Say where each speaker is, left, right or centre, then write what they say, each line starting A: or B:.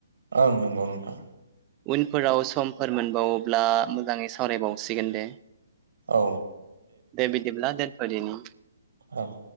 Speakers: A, on the right; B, on the right.
A: ओं नंगौ नोंथां
B: उनफोराव समफोर मोनबावोब्ला मोजाङै सावरायबावसिगोन दे
A: औ
B: दे बिदिब्ला दोनथ दिनि
A: औ